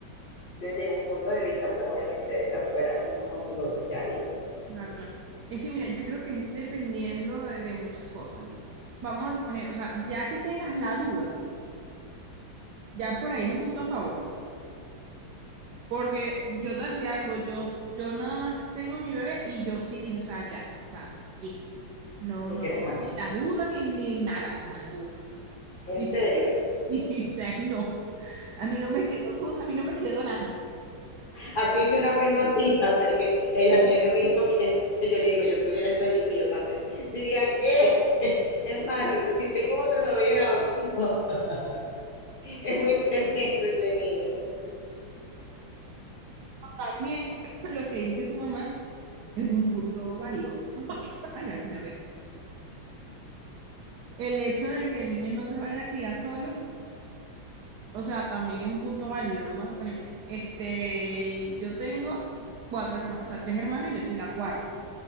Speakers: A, on the left; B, on the right.
A: desde un punto de vista, pues obviamente desde afuera, así como tú lo ves, ¿qué harías?
B: Claro, claro. Es que mira, yo creo que es dependiendo de, de muchas cosas. Vamos a suponer, o sea, ya que tengas la duda, ya por ahí es un punto a favor. Porque yo te decía algo, yo, yo nada más tengo a mi bebé y yo sí dije, o sea, ya, o sea, listo. No,
A: No
B: no
A: quieres
B: tengo
A: más.
B: ni la duda ni, ni nada, o sea, no.
A: En
B: <laughs>
A: serio,
B: Sí, o sea, no. A mí no me quedó duda, a mí no me quedó nada.
A: Así hizo una prima <laughs> mía, porque ella tiene un hijo que yo le digo, yo tuviera ese hijo, yo también. Diría que, <laughs> es más, si tengo otro, lo doy en adopción. <laughs> Es muy tremendo ese niño.
B: También <laughs> lo que dice tu mamá es un punto válido. <laughs> Ay, ya, que me ahogué. El hecho de que el niño no se vaya a criar solo, o sea, también es un punto válido. Vamos a suponer, este, yo tengo cuatro hermanos, o sea, tres hermanos y yo soy la cuarta.